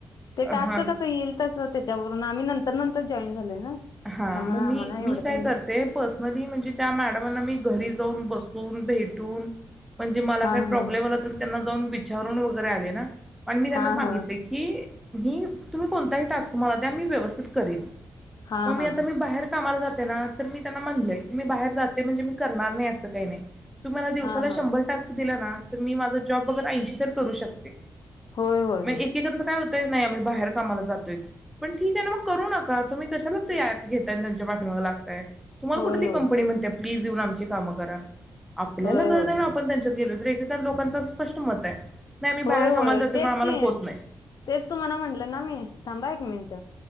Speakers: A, on the left (about 60°); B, in the centre.
A: ते टास्क
B: हा
A: कसं येईल तसं त्याच्यावरून आम्ही नंतर नंतर जॉईन झालोय ना त्यामुळे
B: हा मग
A: आम्हाला
B: मी
A: एवढं
B: मी काय
A: का नाही
B: करते पर्सनली म्हणजे त्या मॅडमांना मी घरी जाऊन बसून भेटून म्हणजे मला
A: हा
B: काही
A: हा
B: प्रॉब्लेम आला तर त्यांना जाऊन विचारून वगैरे आली ना प मी त्यांना
A: हा
B: सांगितले
A: हा
B: की मी तुम्ही कोणताही टास्क मला द्या मी व्यवस्थित करीन
A: हा
B: मग मी
A: हा
B: आता मी बाहेर कामाला जाते ना तर मी त्यांना म्हणलय की मी बाहेर जाते म्हणजे मी करणार नाही अस असं का नाही तुम्ही मला दिवसाला
A: हा हा
B: शंभर टास्क दिलेना तर मी माझा जॉब बघ ऐंशी तर करू शकते
A: होय होय
B: मग एकेकांचं काय होतं ताई नाही आम्ही बाहेर कामाला जातोय की पण ठीक आहे ना मग करू नका तुम्ही कशाला ॲप घेतय आणि त्यांच्या पाठीमागे लागतात तुम्हाला
A: होय
B: कुठे ती
A: होय
B: कंपनी म्हणते प्लीज इथे येऊन आमची कामे करा आपल्याला
A: होय
B: गरज
A: होय
B: आहे ना म्हणून आपण त्यांच्यात गेलो तर इतर लोकांच स्पष्ट मत आहे. नाही आम्ही बाहेर
A: होय
B: कामाला
A: होय
B: जातोय
A: तेच
B: मग आम्हाला
A: की
B: होत नाही
A: तेच तुम्हाला म्हनल ना मी थांबा एक मिनट